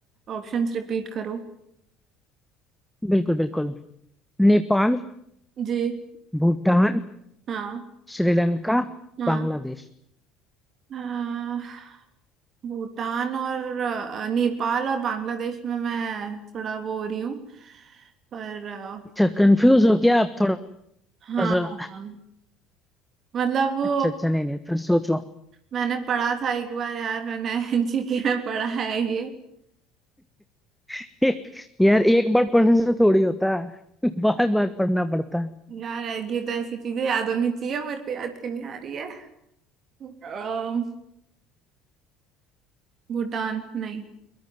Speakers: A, on the right; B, in the centre.
A: ऑप्शंस रिपीट करो
B: बिल्कुल बिल्कुल नेपाल
A: जी
B: भूटान
A: हाँ
B: श्रीलंका
A: हाँ
B: बांग्लादेश
A: आ, भूटान और आ, नेपाल और बांग्लादेश में मैं थोड़ा वो हो रही हूँ पर आ,
B: अच्छा कंफ्यूज हो क्या आप थोड़ा
A: हाँ
B: सा
A: हाँ। मतलब वो
B: अच्छा अच्छा नहीं नहीं फिर सोचो
A: मैंने पढ़ा था एक बार यार मैंने <laughs> जीके में पढ़ा है ये
B: <laughs> यार एक बार पढ़ने से थोड़ी होता है <laughs> बार बार पढ़ना पड़ता है
A: यार ये तो ऐसी चीजें याद होनी चाहिए मेरे को याद क्यों नहीं आ रही है आ, भूटान नहीं